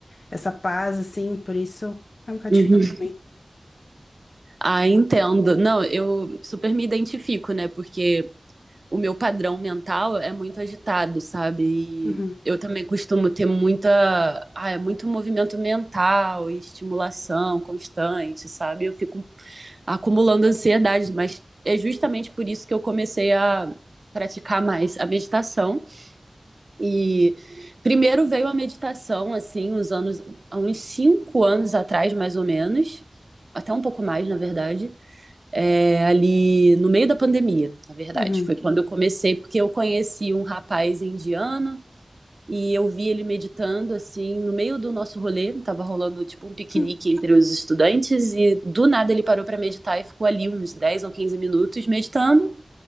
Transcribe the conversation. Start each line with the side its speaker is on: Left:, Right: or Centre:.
Left: essa paz assim, por isso é um bocado
Right: Uhum.
Left: difícil pra mim.
Right: Ah, entendo. Não, eu super me identifico, né? Porque o meu padrão mental é muito agitado, sabe?
Left: Uhum.
Right: E eu também costumo ter muita, ah, é muito movimento mental e estimulação constante, sabe? Eu fico acumulando ansiedade, mas é justamente por isso que eu comecei a praticar mais a meditação. E primeiro veio a meditação, assim, uns anos, há uns cinco anos atrás, mais ou menos, até um pouco mais, na verdade é, ali no meio da pandemia, na verdade.
Left: Uhum.
Right: Foi quando eu comecei, porque eu conheci um rapaz indiano e eu vi ele meditando assim no meio do nosso rolê, tava rolando tipo um piquenique
Left: Hum,
Right: entre os estudantes e do nada ele parou para meditar e ficou ali uns 10 ou 15 minutos meditando